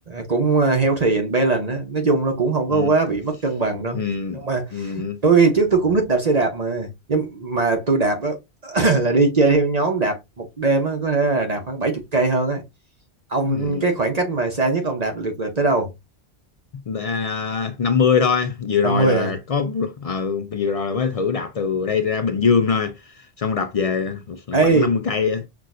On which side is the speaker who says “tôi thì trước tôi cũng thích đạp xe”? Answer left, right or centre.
Right